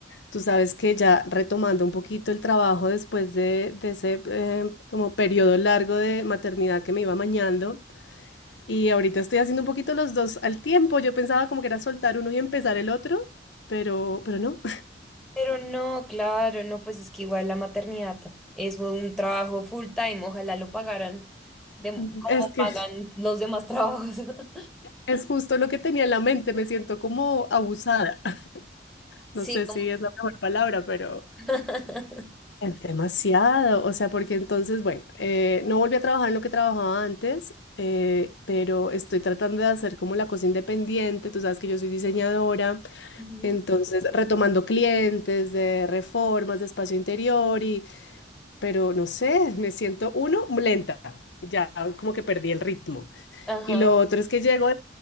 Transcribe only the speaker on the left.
tú sabes que ya retomando un poquito el trabajo después de, de ese eh, como periodo largo de maternidad que me iba mañando y ahorita estoy haciendo un poquito los dos al tiempo. Yo pensaba como que era soltar uno y empezar el otro, pero, pero no.
<laughs> Es que
es justo lo que tenía en la mente, me siento como abusada. <laughs>
No sé
si es la mejor palabra, pero...
Es demasiado, o sea, porque entonces, bueno, eh, no volví a trabajar en lo que trabajaba antes, eh, pero estoy tratando de hacer como la cosa independiente, tú sabes que yo soy diseñadora,
entonces retomando clientes de reformas, de espacio interior y, pero no sé, me siento uno lenta, ya como que perdí el ritmo.
Y lo otro es que llego de,